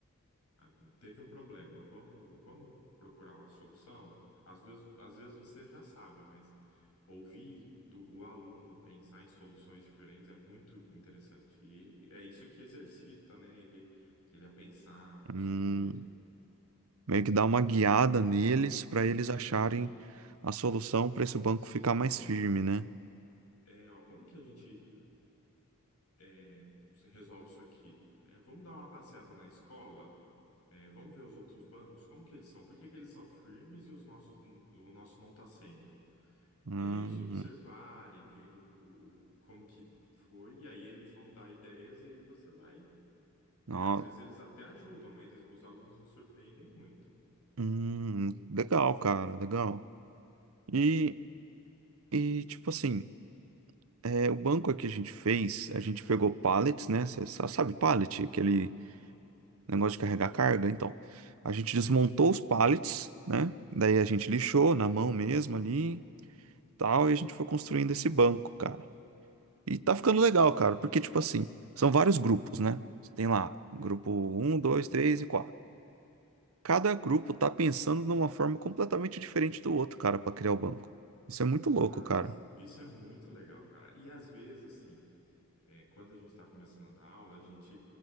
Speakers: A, on the left (about 85°); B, on the right (about 70°).
A: Ah, Teve um problema, vamos, vamos procurar uma solução? Às vezes, às vezes você já sabe, mas ouvir do, o aluno pensar em soluções diferentes é muito interessante. E é isso que exercita, né? Ele, ele a pensar por
B: Hum,
A: si mesmo.
B: meio que dar uma guiada neles pra eles
A: Sim,
B: acharem a solução pra esse banco
A: sim,
B: ficar
A: ó.
B: mais firme, né?
A: É, ó, como que a gente é, resolve isso aqui? É, vamos dar uma passeada na escola? É, vamos ver os outros bancos? Como que eles são? Por que que eles são firmes e os nossos, o nosso não está sendo?
B: Hum,
A: E aí eles observarem, vendo o, o- como que foi, e aí eles vão dar ideias, e aí você vai,
B: ó,
A: né? Às vezes eles até ajudam, eles, os alunos nos surpreendem muito.
B: hum, legal, cara, legal. E, e tipo assim, é, o banco aqui a gente fez, a gente pegou pallets, né? Você sabe pallet, aquele
A: Sim,
B: negócio de carregar carga, então. A gente desmontou os pallets, né? Daí a gente lixou na mão mesmo ali, e tal, e a gente foi construindo esse banco, cara. E tá ficando legal, cara, porque tipo assim, são vários grupos, né? Você tem lá, grupo um dois três e quatro Cada grupo tá pensando numa forma completamente diferente do outro, cara, pra criar o banco. Isso é muito louco,
A: Mas
B: cara.
A: isso é muito legal, cara. E às vezes, assim, é, quando a gente está começando a dar aula, a gente,